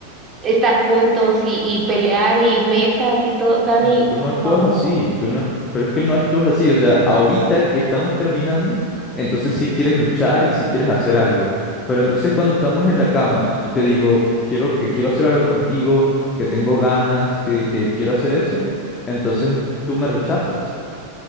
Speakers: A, on the right; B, on the left.
A: estar juntos y, y pelear y metas y todo. Dani,
B: Mm, Tú
A: por
B: no actúas
A: favor.
B: así, tú no, ac- pero es que no actúas así, o sea, ahorita que estamos terminando, entonces sí quieres luchar y sí quieres hacer algo, pero entonces cuando estamos en la cama y te digo, quiero que quiero hacer algo contigo, que tengo ganas, que, que quiero hacer eso, entonces tú me rechazas.